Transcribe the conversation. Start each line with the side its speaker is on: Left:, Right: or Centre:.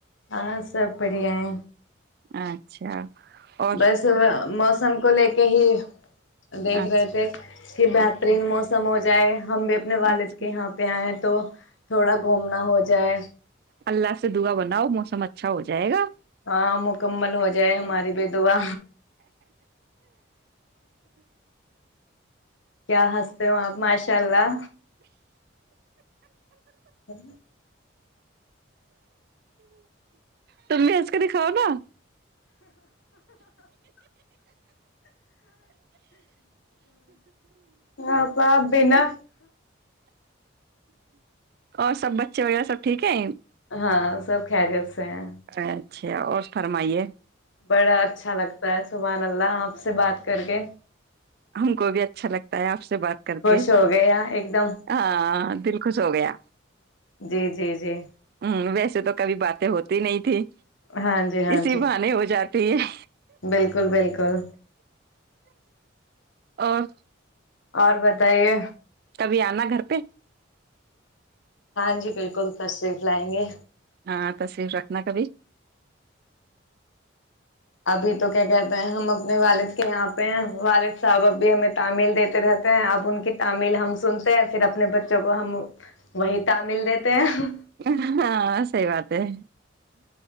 Left: ہاں سب بڑھیا ہے
Right: اچھا اور
Left: بس موم سم کو لے کے ہی دیکھ
Right: اچھا
Left: رہے تھے کہ بہترین
Right: اچھا
Left: موسم ہو ج جائے ہم بھی اپنے والد
Right: اچھا
Left: کے یہاں پہ آئیں تو تھوڑا گھومنا ہو جائے
Right: اللہ سے دعا بناؤ موسم اچھا ہو جائے گا
Left: ہاں مکمل ہو جائے ہماری بھی دعا کیا ہنستے ہو آپ ماشاء اللہ ہاں
Right: تم بھی آج کر ہی کاؤ گا
Left: ہپ بنا
Right: اور سب بچے وغیرہ سب ٹھیک ہے
Left: ہاں سب کریت سے ہیں
Right: اچھا اور فرمائیے
Left: بڑا اچھا لگتا ہے سبح اللہ آپ سے بات کر کے
Right: ہم کو بھی اچھا لگتا ہے آپ سے بات کر
Left: خوش
Right: کے
Left: ہو گیا ایک دم
Right: ہاں دل خوش ہو گیا
Left: جی جی جی
Right: ہ ویسے سے تو کبھی باتیں ہوتی نہیں تھی
Left: ہاں جی ہاں
Right: اسی
Left: جی
Right: بہانے ہو جاتی ہے
Left: بالکل بالکل
Right: اور
Left: اور بتائیے
Right: کبھی آنا گھر پہ
Left: ہاں جی بالکل پرسف لائیں گے
Right: ہاں تصوف رکھنا کبھی
Left: ابھی تو کیا کہتے ہیں ہم اپنے والد کے یہاں پہ ہیں والد صاحب اب بھی ہمیں تعمل دیتے رہتے ہیں اب ان کی تعمل ہم سنتے ہیں پھر اپنے بچوں کو ہم وہی تعمل دیتے ہیں
Right: ہاں سی بات ہے